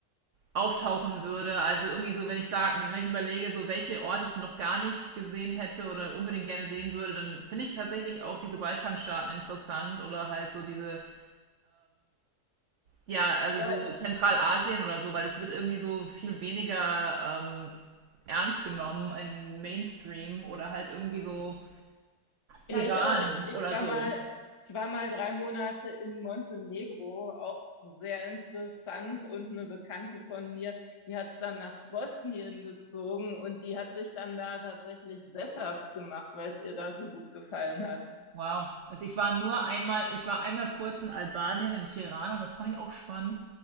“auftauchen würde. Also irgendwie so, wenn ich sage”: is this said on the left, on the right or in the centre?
Right